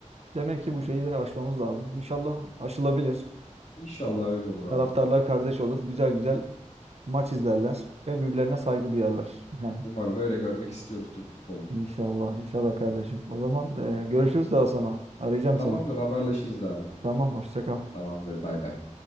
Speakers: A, on the right; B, on the left.
A: demek ki bu şeyleri aşmamız lazım. İnşallah aşılabilir.
B: İnşallah öyle olur abi.
A: Taraftarlar kardeş olur. Güzel güzel maç izlerler ve birbirlerine saygı duyarlar. <laughs> Yani
B: Umarım öyle görmek istiyoruz Türk futbolunu.
A: inşallah, inşallah kardeşim. O zaman e, görüşürüz daha sonra. Arayacağım
B: Tamamdır
A: seni.
B: haberleşiriz abi.
A: Tamam, hoşça kal.
B: Tamamdır bay bay.